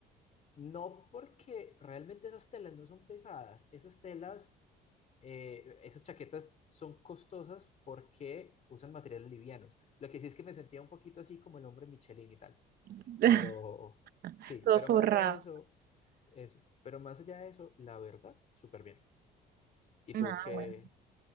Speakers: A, on the left; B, on the right.
A: No porque realmente esas telas no son pesadas, esas telas, eh, esas chaquetas son costosas porque usan materiales livianos. Lo que sí es que me sentía un poquito así como el hombre Michelin y tal,
B: <laughs>
A: pero sí,
B: Todo
A: pero
B: forrado.
A: más allá de eso, eso, pero más allá de eso, la verdad, súper bien. ¿Y
B: Ah,
A: tú qué,
B: bueno.